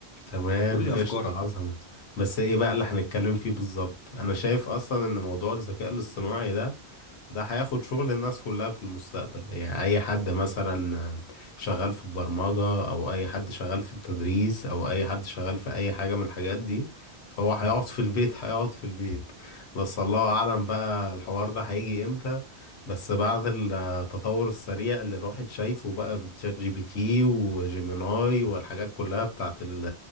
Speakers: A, on the left; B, on the left.
A: تمام
B: قول لي افكارك
A: قشطة عظمة بس ايه بقى اللي هنتكلم فيه بالظبط انا شايف اصلا ان موضوع الذكاء الاصطناعي ده ده هياخد شغل الناس كلها في المستقبل يعني أي حد مثلا شغال في البرمجة أو أي حد شغال في التدريس أو أي حد شغال في أي حاجة من الحاجات دي فهو هيقعد في البيت <laughs> هيقعد في البيت بس الله أعلم بقى الحوار ده هيجي إمتى بس بعد التطور السريع اللي الواحد شايفه بقى بتشات جي بي تي وجيميناي والحاجات كلها بتاعت ال